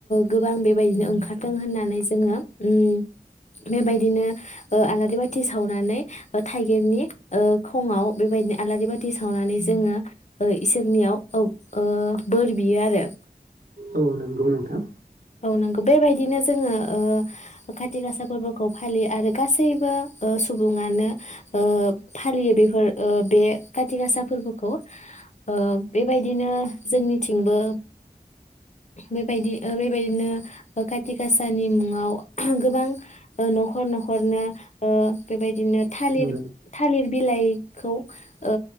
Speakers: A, on the left (about 45°); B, on the right (about 65°).
A: गोबां बेबायदिनो ओंखार बुंहोनानै जोङो ओम- बेबादिनो ओ-आलारि बाथि सावनानै थाइगिर, थागिरनि खङआव बेबायदिनो आलारि बाथि सावनानै जोङो इसोरनियाव औ ओ बोर बियो आरो
B: औ नंगौ नोंथां।
A: औ नंगौ बेबायदिनो जोङो खाति गासा फोरबोखौ फालियो आरो गासैबो ओ सुबुङानो ओ फालियो बेफोर ओ बे काति गासा फोर्बोखौ ओ बेबायदिनो जोंनिथिंबो बेबायदि बेबायदिनो खाथि खासानि मुङाव गोबां ओ नखर नखरनो ओ बेबाय बिदिनो थालिर
B: औ
A: थालिर बिलाइखौ ओ